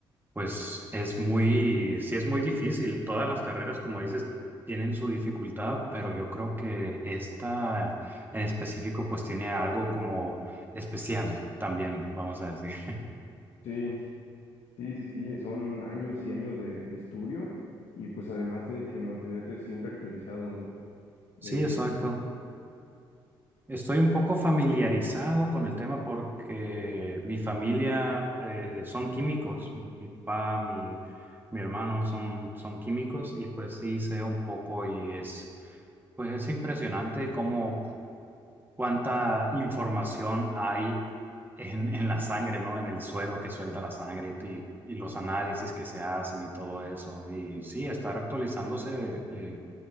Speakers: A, on the right; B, on the left.
A: pues, es muy, sí es muy difícil. Todas las carreras, como dices, tienen su dificultad, pero yo creo que esta en específico, pues, tiene algo como especial también, vamos a decir.
B: Sí, sí, sí, sí, son años y años de, de estudio y pues además tienes que mantenerte siempre actualizado, ¿no?
A: Sí,
B: Eh,
A: exacto. Estoy un poco familiarizado con el tema porque mi familia eh, son químicos, mi mi papá, mi, mi hermano son, son químicos y pues sí sé un poco y es, pues es impresionante cómo cuánta información hay en, en la sangre, ¿no? En el suero que suelta la sangre y, y los análisis que se hacen y todo eso. Y sí, estar actualizándose eh,